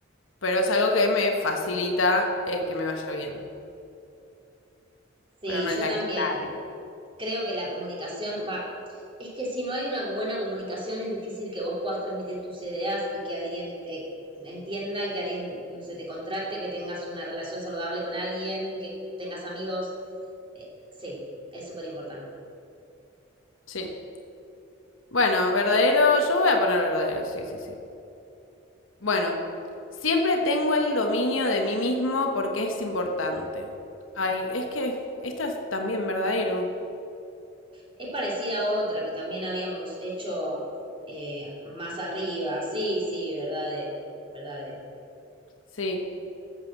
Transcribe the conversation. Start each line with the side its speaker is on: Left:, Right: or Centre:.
Left: pero es algo que me facilita eh, que me vaya bien.
Right: Sí,
Left: Pero no
Right: yo
Left: es la
Right: también.
Left: clave.
Right: Creo que la comunicación va. Es que si no hay una buena comunicación es difícil que vos puedas transmitir tus ideas y que alguien te entienda, que alguien se te contrate, que tengas una relación saludable con alguien, que tengas amigos. Eh, sí, es súper importante.
Left: Sí. Bueno, verdadero, yo voy a poner verdadero, sí, sí, sí. Bueno, siempre tengo el dominio de mí mismo porque es importante. Ay, es que esto es también verdadero.
Right: Es parecida a otra que también habíamos hecho eh, más arriba. Sí, sí, verdadero, verdadero.
Left: Sí,